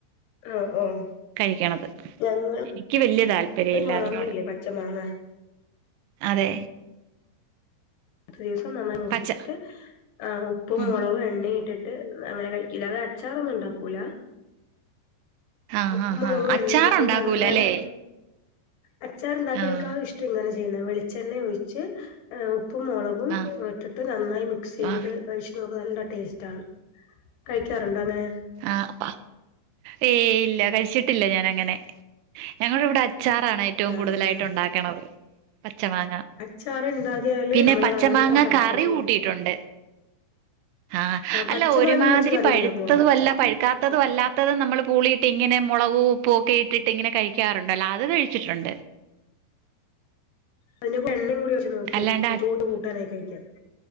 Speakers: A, on the left; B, on the right.
A: ആഹ് ഓഹ്
B: കഴിക്കണത്
A: ഞങ്ങൾ അഹ്
B: എനിക്ക് വല്യ താല്പര്യം ഇല്ല
A: മാങ്ങയില്ലേ
B: അതിനോട്
A: പച്ച മാങ്ങ
B: അതെ
A: ദിവസം നന്നായി മുറിച്ചിട്ട്
B: പച്ച
A: ആഹ് ഉപ്പും
B: ഉം
A: മുളകും എണ്ണയിട്ടി ട്ട് അങ്ങനെ കഴിക്കില അത് അച്ചാറൊന്നും ഉണ്ടാക്കൂല
B: ആഹ്
A: ഉപ്പ്
B: ആഹ്
A: മുളകും
B: ആഹ് അച്ചാറുണ്ടാക്കൂല
A: എണ്ണയും ഇട്ടിട്ട് നന്നായി
B: അല്ലേ
A: അച്ചാർ ഉണ്ടാക്കണേക്കാളും
B: ആഹ്
A: ഇഷ്ടം ഇങ്ങനെ ചെയ്യുന്ന വെളിച്ചെണ്ണ ഒഴിച്ച് ഏഹ് ഉപ്പും മുളകും
B: ആഹ്
A: ഇട്ടിട്ട് നന്നായി മിക്സ് ചെയ്തിട്ട്
B: ആഹ്
A: കഴിച്ച് നോക്ക് നല്ല ടേസ്റ്റ് ആണ് കഴിക്കാറുണ്ടോ അങ്ങനെ?
B: ആഹ് ഏയ് ഇല്ല കഴിച്ചിട്ടില്ല ഞാനങ്ങനെ ഞങ്ങളിവിടെ അച്ചാറാണ് ഏറ്റവും
A: ആഹ്
B: കൂടുതലായിട്ട്
A: ആഹ്
B: ഉണ്ടാക്കണത് പച്ച മാങ്ങ
A: അച്ചാറ് ഇണ്ടാക്കിയാല്
B: പിന്നെ
A: നമ്മളത്
B: പച്ച
A: അങ്ങനെ
B: മാങ്ങ
A: കടക്ക
B: കറി
A: ചെയ്യാ
B: കൂട്ടിയിട്ടുണ്ട് ആഹ് അല്ല
A: പച്ച
B: ഒരുമാതിരി
A: മാങ്ങയും വെച്ച് കറി
B: പഴുപ്പ്
A: ഉണ്ടാക്കോ
B: ല്ല പഴുക്കാത്തതും അല്ലാത്തതും നമ്മൾ പൂളിയിട്ട് ഇങ്ങനെ മുളകു ഉപ്പും ഒക്കെ ഇട്ടിട്ട് ഇങ്ങനെ കഴിക്കാറുണ്ടല്ലോ അത് ക ഴിച്ചിട്ടുണ്ട്
A: അതിന്റെ കൂടെ എണ്ണയും കൂടി ഒഴിച്ച് നോക്ക്
B: അല്ലാണ്ട്
A: ചൂട് കൂട്ടാനായി കഴിക്കാം